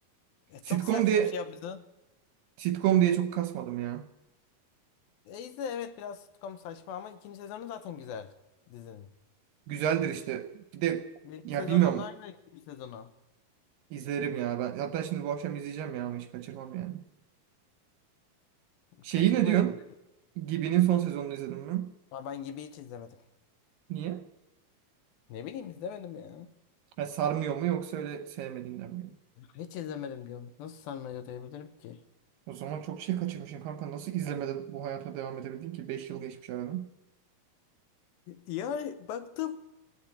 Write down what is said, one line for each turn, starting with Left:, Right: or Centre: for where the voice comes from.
Left: E
Right: Sitcom
Left: çok saçma
Right: diye
Left: bir şey yaptı.
Right: sitcom diye çok kasmadım ya.
Left: E izle evet biraz sitcom saçma ama ikinci sezonu zaten güzel dizinin.
Right: Güzeldir işte. Bir de
Left: Birinci
Right: ya
Left: sezondan
Right: bilmiyorum
Left: daha güzel ikinci sezonu.
Right: izlerim ya ben. Hatta şimdi bu akşam izleyeceğim ya. Onu Hiç kaçırmam yani. Şeyi
Left: Kaçırma
Right: ne diyorsun?
Left: izle.
Right: Gibi'nin son sezonunu izledin mi?
Left: Ama ben gibi hiç izlemedim.
Right: Niye?
Left: Ne bileyim izlemedim ya.
Right: Ha, sarmıyor mu yoksa öyle sevmediğinden mi?
Left: Hiç izlemedim diyorum. Nasıl sana öyle diyebilirim ki?
Right: O zaman çok şey kaçırmışsın kanka. Nasıl izlemeden bu hayata devam edebildin ki? beş yıl geçmiş aradan.
Left: yani baktım